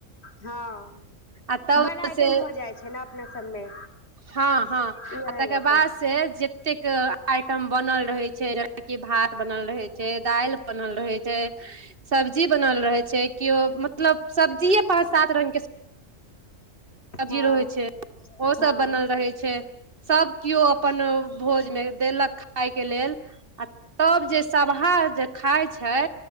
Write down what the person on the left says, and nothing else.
हँ
बड़ आइटम
भऽ जाइ छै ने अपना सबमे
उएह
लऽ
कऽ
हँ
हँ